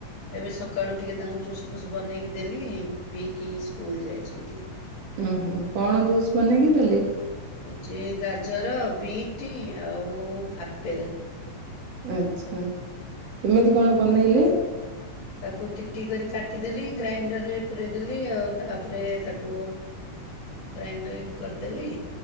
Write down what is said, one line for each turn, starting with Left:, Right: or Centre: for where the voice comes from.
Left: ଏବେ ସକାଳୁ ଟିକେ ତାଙ୍କୁ ଜୁସ୍ ଫୁସ୍ ବନେଇକି ଦେଲି, ପିଇକି ସ୍କୁଲ ଯାଇଛନ୍ତି।
Right: ଉ ହୁଁ। କଣ ଜୁସ୍ ବନେଇକି ଦେଲେ?
Left: ହଉଛି ଗାଜର ବିଟ୍ ଆଉ ଆପେଲ୍।
Right: ଆଛା। କେମିତି କଣ ବନେଇଲେ?
Left: ତାକୁ ଟିକଟିକ କରି କାଟିଦେଲି ଗ୍ରାଇଣ୍ଡରରେ ପୂରେଇ ଦେଲି, ଆଉ ତାପରେ ତାକୁ ଗ୍ରାଇଣ୍ଡରିଂ କରିଦେଲି।